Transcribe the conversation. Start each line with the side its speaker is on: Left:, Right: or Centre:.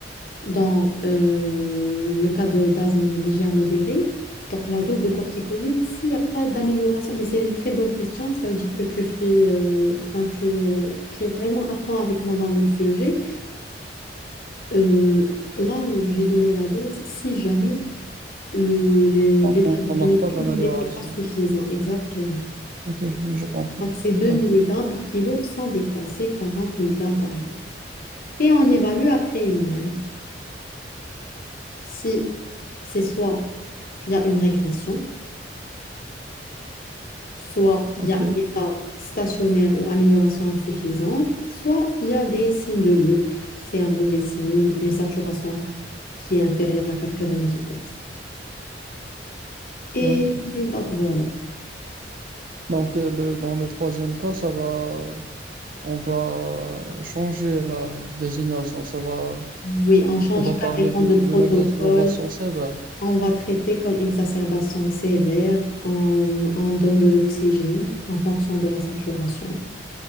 Left: dans euh, le cas de d'asthme léger à modéré, donc la dose de corticoïdes, s'il n'y a pas d'amélioration, mais c'est une très bonne question, ça veut dire que tu suis, euh, enfin, tu es, tu es vraiment à fond avec moi dans le sujet. Euh, là, j'ai donné la dose si jamais le, les
Right: On
Left: bêta-2-mimétiques
Right: ne remarque pas d'amélioration.
Left: n'étaient pas suffisants, exactement.
Right: Ok, je, je comprends.
Left: Donc, c'est deux
Right: Ouais,
Left: milligrammes par kilo sans dépasser 40 milligrammes par jour. Et on évalue après une heure si c'est soit il y a une régression, soit
Right: ok,
Left: il y a un état stationnaire ou amélioration insuffisante, soit il y a des signes de lutte. C'est un mauvais signe, une saturation qui est inférieure à 90%. Et,
Right: ok.
Left: et donc voilà.
Right: Donc, euh, le, dans le troisième cas, ça va, on va changer la désignation. Ça va,
Left: Oui, on change
Right: on va parler
Left: carrément
Right: de-
Left: de protocole.
Right: d'une exacerbation sévère.
Left: On va traiter comme exacerbation sévère. On, on donne de l'oxygène en fonction de la saturation.